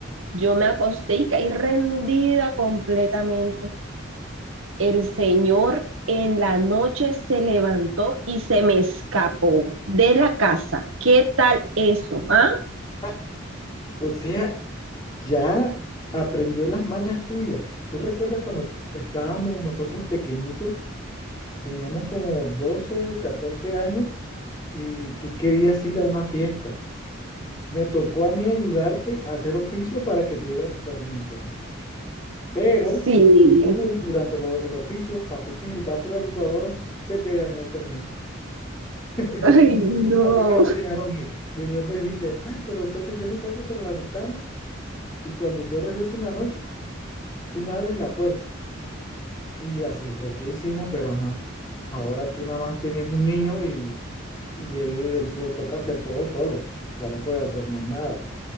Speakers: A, on the right; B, on the left.
A: Yo me acosté y caí rendida completamente. El Señor en la noche se levantó y se me escapó de la casa. ¿Qué tal eso? ¿Ah?
B: Ah, O sea, ya aprendió las mañas tuyas. ¿Tú recuerdas cuando estábamos nosotros pequeñitos, teníamos como 12, 14 años y tú querías ir a una fiesta? Me tocó a mí ayudarte a hacer oficio para que te dieran permiso, pero
A: Sí.
B: Tú, durante lo- el oficio, partiste el vaso de la licuadora, se te dañó el permiso. <laughs>
A: Ay, no.
B: Así que no te dejaron ir. Después me dijiste, ay, pero entonces yo me salgo por la ventana y cuando yo regrese en la noche, tú me abres la puerta. Y así fue que hicimos, pero ajá, ahora tú nada más tienes un niño y, y él le, le toca hacer todo solo, ya no puede hacer más nada.